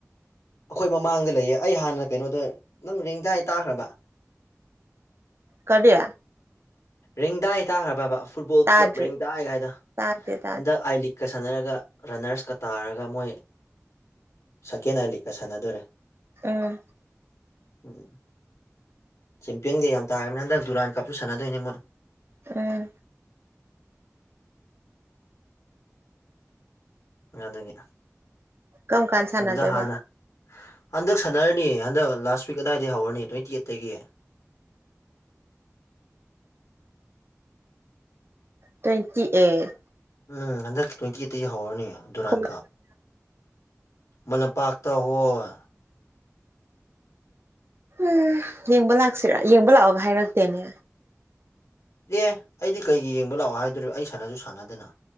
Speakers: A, on the left; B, on the right.
A: ꯑꯩꯈꯣꯏ ꯃꯃꯥꯡꯗ ꯂꯩꯌꯦ ꯑꯩ ꯍꯥꯟꯅ ꯀꯩꯅꯣꯗ ꯅꯪ ꯔꯦꯡꯗꯥꯏ ꯇꯥꯈ꯭ꯔꯕ
B: ꯀꯔꯤ
A: ꯔꯦꯡꯗꯥꯏ ꯇꯥꯈ꯭ꯔꯕꯥꯕꯥ ꯐꯨꯠꯕꯣꯜ
B: ꯇꯥꯗ꯭ꯔꯤ
A: ꯀ꯭ꯂꯕ ꯔꯦꯡꯗꯥꯏꯒꯥꯏꯗꯣ
B: ꯇꯥꯗꯦ ꯇꯥꯗꯦ
A: ꯍꯟꯗꯛ ꯑꯥꯏ ꯂꯤꯒꯀ ꯁꯥꯟꯅꯔꯒ ꯔꯟꯅꯔꯁꯀ ꯇꯥꯔꯒ ꯃꯣꯏ ꯁꯦꯀꯦꯟ ꯑꯥꯏ ꯂꯤꯒꯀ ꯁꯥꯟꯅꯗꯣꯔꯦ
B: ꯑꯥ
A: ꯎꯝ ꯆꯦꯝꯄꯤꯌꯟꯒ ꯌꯥꯝ ꯇꯥꯔꯕꯅꯤ ꯍꯟꯗꯛ ꯗꯨꯨꯔꯥꯟ ꯀꯞꯁꯨ ꯁꯥꯟꯅꯗꯣꯏꯅꯦ ꯃꯣꯏ
B: ꯑꯥ
A: ꯑ ꯑꯗꯨꯒꯤ
B: ꯀꯔꯝ ꯀꯥꯟ ꯁꯥꯟꯅꯗꯣꯏꯕ
A: ꯑꯗꯨꯗ ꯍꯥꯟꯅ ꯍꯟꯗꯛ ꯁꯥꯟꯅꯔꯅꯤ ꯍꯟꯗꯛ ꯂꯥꯁ ꯋꯤꯛ ꯑꯗꯥꯏꯗꯗꯒꯤ ꯍꯧꯔꯅꯤ ꯇ꯭ꯋꯦꯟꯇꯤ ꯑꯩꯠꯇꯒꯤ
B: ꯇ꯭ꯋꯦꯟꯇꯤ ꯑꯩꯠ
A: ꯎꯝ ꯍꯟꯗꯛꯀꯤ ꯇ꯭ꯋꯦꯟꯇꯤ ꯑꯩꯠꯇꯒꯤ ꯍꯧꯔꯅꯤ ꯗꯨꯔꯥꯟ
B: ꯎꯝ
A: ꯀꯞ ꯈꯨꯃꯟ ꯂꯝꯄꯥꯛꯇ ꯍꯣꯏ
B: ꯎꯝ ꯌꯦꯡꯕ ꯂꯥꯛꯁꯤꯔꯥ ꯌꯦꯡꯕ ꯂꯥꯛꯑꯣꯒ ꯍꯥꯏꯔꯛꯇꯦꯅꯦ
A: ꯑꯦ ꯑꯩꯗꯤ ꯀꯩꯒꯤ ꯌꯦꯡꯕ ꯂꯥꯛꯑꯣ ꯍꯥꯏꯗꯣꯔꯤꯕ ꯑꯩ ꯁꯥꯟꯅꯖꯁꯨ ꯁꯥꯟꯅꯗꯅ